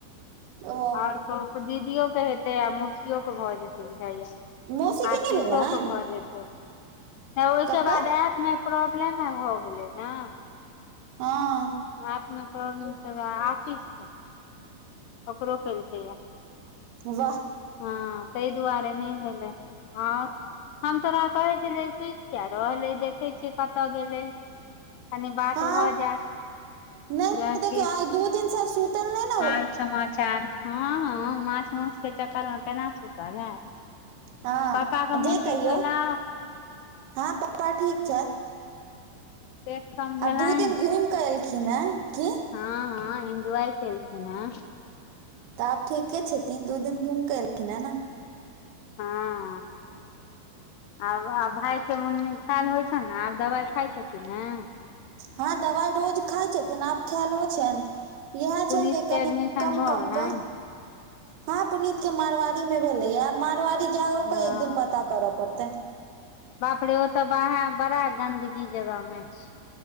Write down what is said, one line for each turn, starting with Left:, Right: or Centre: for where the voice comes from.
Right: ओ
Left: आओर कहू दीदियो के हेतै आ मौसियो कऽ भऽ जेतै बुझाइ य
Right: मौसी
Left: आशीसो
Right: के नहि भेलनि
Left: कऽ भऽ जेतै त ओहिके
Right: ककर
Left: बाद एप मे प्रॉब्लम ने हो गेलै न
Right: हँ
Left: आंतमे प्रोब्लम छलै आशीषके ओकरो केलकै य
Right: वाह
Left: हँ तऽ इ दुआरें नऽ भेलेय और हम तोरा कहे छले सुति किया रहलै देखे छीयै कतऽ गेल कनी बात
Right: हँ
Left: भऽ जायत
Right: नहि
Left: जे
Right: देखियौ
Left: किछु
Right: आइ दू दिन सँ सुतल नई न
Left: हाल समाचार हँ हँ माछ माउस के चक्करमे केना सुतल हैत
Right: हँ
Left: पापा के मोन
Right: जे
Left: ठीक
Right: कहियौ
Left: भेलौ
Right: हँ पपा ठीक छथि
Left: पेट कम भेलनि
Right: आब दू दिन घुमि कयलखिन हन की
Left: हँ हँ एन्जॉय केलखिन हे
Right: तऽ आब ठीके छथिन दू दिन घुम कऽ एलखिन ह ने
Left: हँ आब भाय के मुन नीक खायल होइ छ ने आब दबाइ खाइ छथिन ने
Right: हँ दवाइ रोज खाइ छथिन आब ख्याल हो छैन यहे
Left: पुनीत
Right: छैन जे लकनि
Left: के एडमिशन
Right: कम
Left: भऽ
Right: कम
Left: गेलनि
Right: क हँ पुनीत के मारवाड़ी मे भेलै यह मारवाड़ी जाओ
Left: हँ
Right: कऽ एक दिन पता करऽ पड़तै
Left: बाप रे ओ तऽ वहा बड़ा गन्दगी जगह मे छै